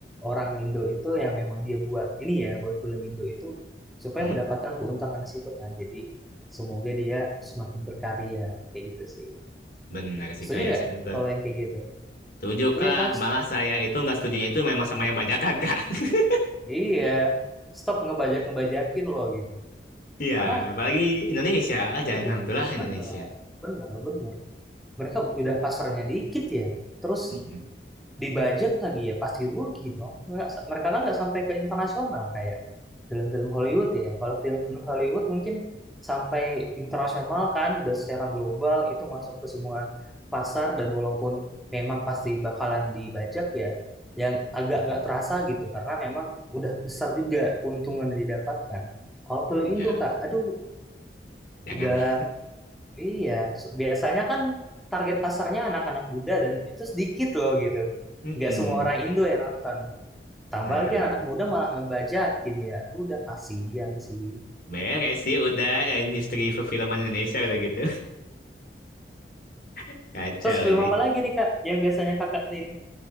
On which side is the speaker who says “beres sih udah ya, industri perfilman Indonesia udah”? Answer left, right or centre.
Left